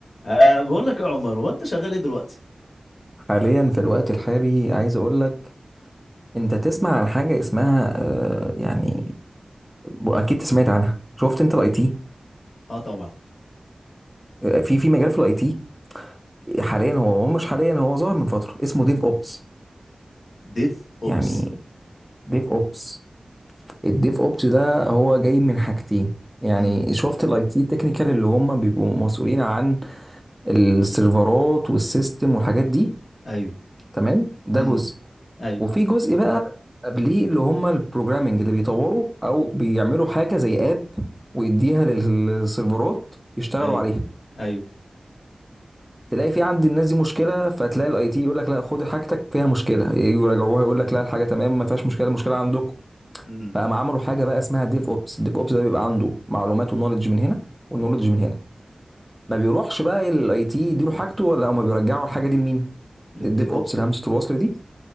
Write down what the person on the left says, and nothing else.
أه بقول لك يا عمر هو انت شغال ايه دلوقتي؟
اه طبعا
ديف اوبس
امم
ايوه
امم
ايوه
ايوه
ايوه
امم
للديف
اوبس
ده